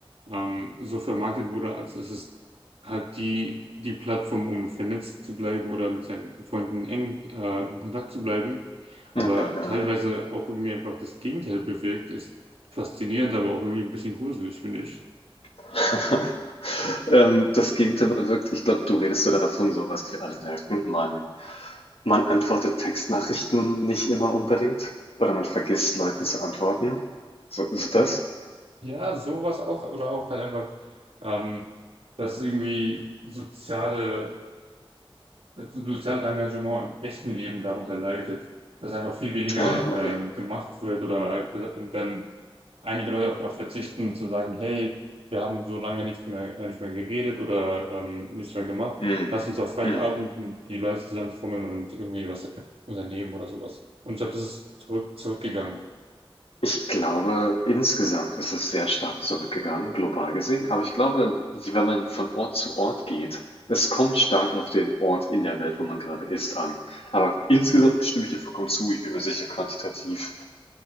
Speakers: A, on the right; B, on the left.
A: ähm, so vermarktet wurde, als es ist halt die, die Plattform, um vernetzt zu bleiben oder mit seinen Freunden eng äh, in Kontakt zu bleiben aber
B: Ja, ja.
A: teilweise auch irgendwie einfach das Gegenteil bewirkt, ist faszinierend, aber auch irgendwie ein bisschen gruselig, finde ich.
B: <laughs> Ähm, das Gegenteil bewirkt. Ich glaube, du redest so davon, so was wir alle merken. Man, man antwortet Textnachrichten nicht immer unbedingt oder man vergisst Leuten zu antworten. So, ist das?
A: Ja, sowas auch, oder auch halt einfach, ähm, dass irgendwie soziale das soziale Engagement im echten Leben darunter leidet, dass einfach viel weniger
B: Ah,
A: ähm,
B: okay.
A: gemacht wird oder halt dann einige Leute auch darauf verzichten, zu sagen, hey, wir haben so lange nicht mehr, äh, nicht mehr geredet oder ähm, nichts mehr gemacht,
B: Mhm.
A: lass uns auf Freitagabend
B: Mhm.
A: die Leute zusammenfummeln und irgendwie was unternehmen oder sowas. Und ich glaube, das ist zurück, zurückgegangen.
B: Ich glaube, insgesamt ist es sehr stark zurückgegangen, global gesehen. Aber ich glaube, wenn man von Ort zu Ort geht, es kommt stark auf den Ort in der Welt, wo man gerade ist, an. Aber insgesamt stimme ich dir vollkommen zu. Ich bin mir sicher, quantitativ